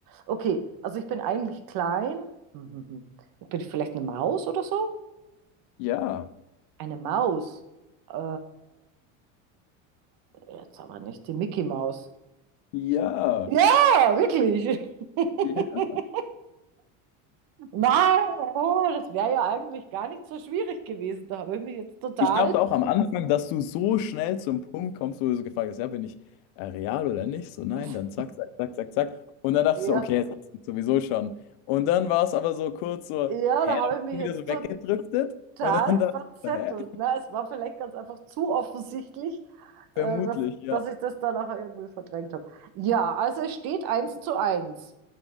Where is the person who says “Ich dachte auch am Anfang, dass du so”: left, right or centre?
Left